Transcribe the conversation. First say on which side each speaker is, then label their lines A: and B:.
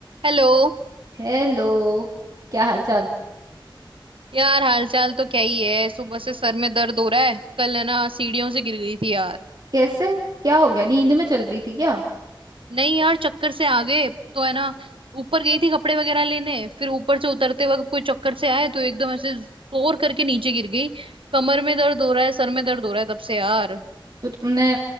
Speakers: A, on the right; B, on the right.
A: Hello
B: Hello क्या हाल चाल
A: यार हालचाल तो क्या ही है सुबह से सर में दर्द हो रहा है कल है ना सीढ़ियों से गिर गई थी यार
B: कैसे क्या हो गया नींद में चल रही थी क्या
A: नहीं यार चक्कर से आ गए तो है ना ऊपर गई थी कपड़े वगैरह लेने फिर ऊपर से उतरते वक्त कोई चक्कर से आए तो एकदम ऐसे जोर करके नीचे गिर गई कमर में दर्द हो रहा है सर में दर्द हो रहा है तब से यार
B: तो तुमने